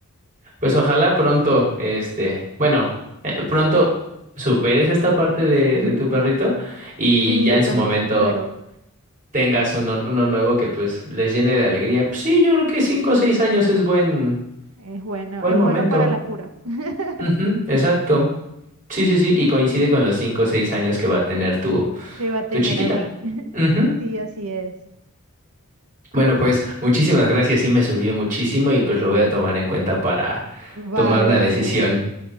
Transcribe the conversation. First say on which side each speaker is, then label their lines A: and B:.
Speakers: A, on the right; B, on the right.
A: Pues ojalá pronto, este, bueno, eh, pronto superes esta parte de,
B: <laughs>
A: de tu perrito y
B: Sí,
A: ya
B: yo
A: en su
B: también
A: momento
B: espero.
A: tengas uno, uno nuevo que pues les llene de alegría. Pues sí, yo creo que cinco o seis años es buen,
B: Es bueno,
A: buen
B: es
A: momento.
B: bueno para la cura. <laughs>
A: Ujú, exacto. Sí, sí, sí, y coincide con los cinco o seis años que va a tener tu,
B: que va a tener
A: tu chiquita.
B: abril. <laughs>
A: Ujú.
B: Sí, así es.
A: Bueno, pues muchísimas gracias, sí me sirvió muchísimo y pues lo voy a tomar en cuenta para
B: Vale,
A: tomar una decisión.
B: Daniel.